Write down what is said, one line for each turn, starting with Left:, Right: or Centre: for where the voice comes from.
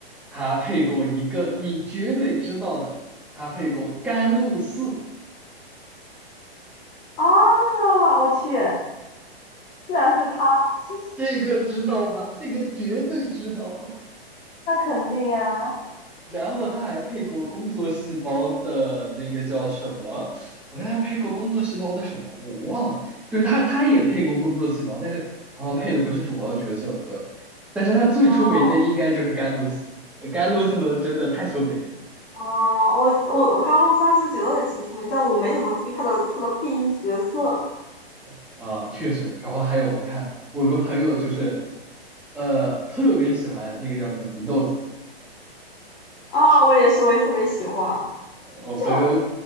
Centre: 她配过一个你绝对知道的，她配过甘露寺，
Left: 啊，我去，竟然是她，这
Centre: 这个知道吧？这个绝对知道。
Left: 那肯定啊。
Centre: 然后他还配过工作细胞的那个叫什么？我看他配过工作细胞的什么，我忘了。就是他他也配过工作细胞，但是好像配的不是主要角色，对。但是他最出名的应该就是甘露寺，
Left: 哦，
Centre: 呃甘露寺真的太出名
Left: 哦，我我我刚入三这九也挺出名，但我没怎么注意他的他的配音角色
Centre: 了啊，确实。然后还有我看我有个朋友就是，呃，特别喜欢那个叫什么祢豆子，
Left: 啊、我也是，我也特别喜欢。
Centre: 我朋友
Left: 就